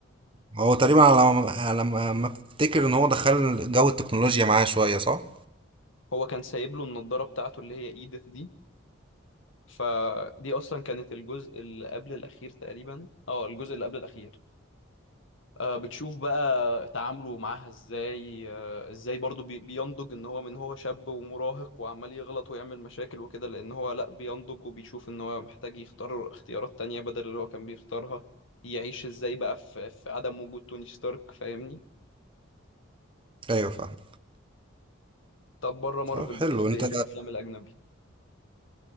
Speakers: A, on the right; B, on the left.
A: هو تقريبا على ما على ما ما افتكر ان هو دخل جو التكنولوجيا معاه شويه صح
B: هو كان سايب له النضارة بتاعته اللي هي ايدث دي فدي اصلا كانت الجزء اللي قبل الاخير تقريبا اه الجزء اللي قبل الاخير آه، بتشوف بقى تعامله معاها ازاي آه، ازاي برضو بي- بينضج ان هو من هو شاب ومراهق وعمال يغلط ويعمل مشاكل وكده لان هو لا بينضج وبيشوف ان هو محتاج يختار اختيارات تانية بدل اللي هو كان بيختارها يعيش ازاي بقى في, في عدم وجود توني ستارك فاهمني
A: ايوه فاهم
B: طب بره مارفل
A: طب حلو
B: بتحب
A: انت
B: ايه في الافلام الاجنبي